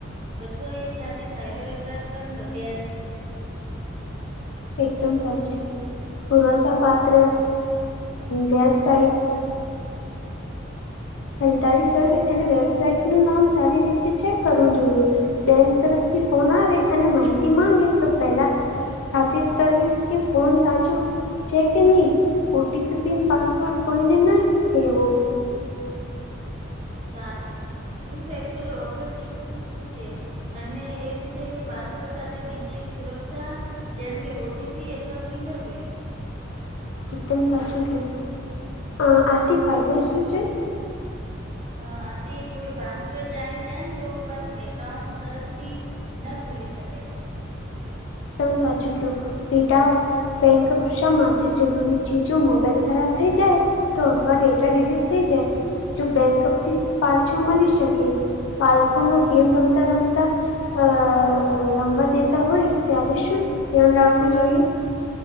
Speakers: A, on the right (about 30°); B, on the left (about 65°).
A: બધો એ સાથે સાયબર અપરાધ પણ વધ્યા છે
B: એકદમ સાચું કીધુ પુરસા પાત્ર અ વેબસાઇટ ખરીદારી
A: હમ
B: કરવી એને વેબસાાઈટ નું નામ સારી રીતે છે. કરવું જોઈએ બેંક તરફથી ફોન આવે અને માહિતી માંગે તો પેલા ખાતર કરવી કે ફોન સાચું છે કે ની ઓટીપી પિન પાસવર્ડ કોઈને ના કહેવો
A: સાચું ટુ ફેક્ટર ઓથોટિક્સ શું છે અને એવું છે કે પાસવર્ડ સાથે બીજી એક સુરક્ષા જેમ કે ઓટીપી અથવા ફિંગર પ્રિન્ટ
B: એકદમ સાચું કીધુ આથી ફાયદા શું છે
A: આથી કોઈ પાસવર્ડ જાણી જાય ને તો પણ એકાઉન્ટ સહજથી ન ખુલી શકે છે
B: એકદમ સાચું ક્યું <unintelligible> બેંક શા માટે જરૂરી છે જો મોબાઈલ ખરાબ થઈ જાય તો અથવા ડેટા ડીલીટ થઈ જાય જો બેંક થી પાછું મળી શકે બાળકો નો ગેમ રમતા રમતા અ રમવા દેતા હોય ત્યારે શું ધ્યાન રાખવું જોઈએ